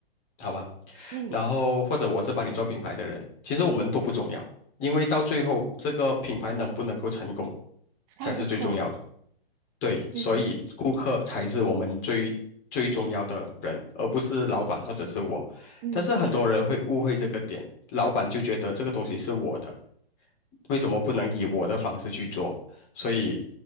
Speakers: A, on the left (about 35°); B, on the right (about 25°).
A: 好吗？
B: 嗯
A: 然后或者我是帮你做品牌的人，其实我们都不重要，因为到最后这个品牌能不能够成功
B: 是看顾客的，
A: 才是最重要的。对，
B: 对对。
A: 所以顾客才是我们最最重要的人，而不是老板或者是我。
B: 嗯。
A: 但是很多人会误会这个点，老板就觉得这个东西是我的，为什么不能以我的方式去做？所以